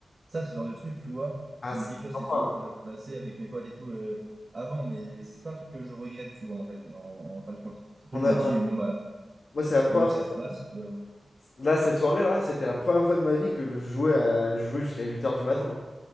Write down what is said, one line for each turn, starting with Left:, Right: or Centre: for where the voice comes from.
Right: ça, c'est le genre de truc, tu vois,
Left: Ah,
Right: où
Left: c'était
Right: je me dis, tu vois, c'est
Left: sympa.
Right: les soirées que j'aurais pu passer avec mes potes et tout euh, avant, mais c'est pas un truc que je regrette, tu vois, en fait, en, en fin de compte. C'est un truc
Left: On
Right: que
Left: a,
Right: je
Left: on
Right: me dis,
Left: a-
Right: bon, bah,
Left: Moi, c'est la première.
Right: rendu que ça
Left: fois-
Right: se passe, puis voilà.
Left: Là, cette soirée-là, c'était la première fois de ma vie que je jouais à jouer jusqu'à huit heures du matin.